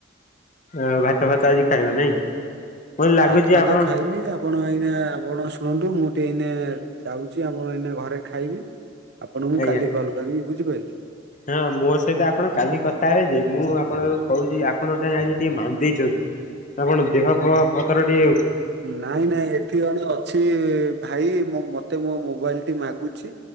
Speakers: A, on the left (about 40°); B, on the right (about 55°).
A: ଆଉ ଭାତ ଫାତ ଆଜି ଖାଇବ ନାଇଁ କି? ମତେ ଲାଗୁଛି
B: ଭାତ ଭାତ
A: ଆପଣ
B: ଖାଇବି ଆପଣ ଏଇନା ଆପଣ ଶୁଣନ୍ତୁ ମୁଁ ଟିଏ ଏଇନେ ଯାଉଚି ଆପଣ ଏଇନା ଘରେ ଖାଇବି ଆପଣଙ୍କୁ
A: ଆଜ୍ଞା
B: କାଲି କଲ୍ କରିବି ବୁଝିପାଇଲେ?
A: ହଁ ମୋ ସହିତ ଆପଣ କାଲି କଥା ହେବେ ଯେ ମୁଁ ଆପଣଙ୍କୁ କହୁଚି ଆପଣ କାଇଁ ଆଜି ଟିକେ ମାନ୍ଦେଇଚନ୍ତି। ଆପଣ ଦେହ ପହ ପତର ଟିଏ
B: ନାଇଁ ନାଇଁ ଏଠି ଅଣେ ଅଛି ଭାଇ ମୋ ମତେ ମୋ ମୋବାଇଲ୍ ଟି ମାଗୁଛି